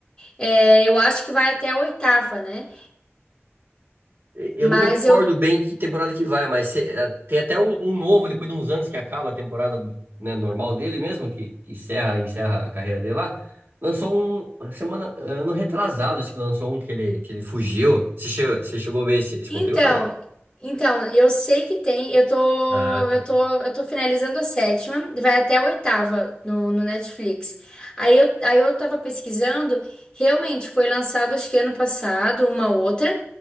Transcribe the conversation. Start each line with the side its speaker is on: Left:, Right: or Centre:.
Left: É, eu acho que vai até a oitava, né?
Right: Eu
Left: Mas
Right: não me recordo
Left: eu
Right: bem que temporada que vai, mas se- eh, tem até um, um novo, depois de uns anos que acaba a temporada, né, normal dele mesmo, que, que encerra, encerra a carreira dele lá. Lançou um, semana, ano retrasado, acho que lançou um que ele, que ele fugiu. Você chegou, você chegou a ver esse, esse
Left: Então,
Right: conteúdo ou não?
Left: então, eu sei que tem, eu tô,
Right: Ah,
Left: eu
Right: tá.
Left: tô, eu tô finalizando a sétima, vai até a oitava no, no Netflix. Aí eu, aí eu tava pesquisando, realmente foi lançado acho que ano passado, uma outra,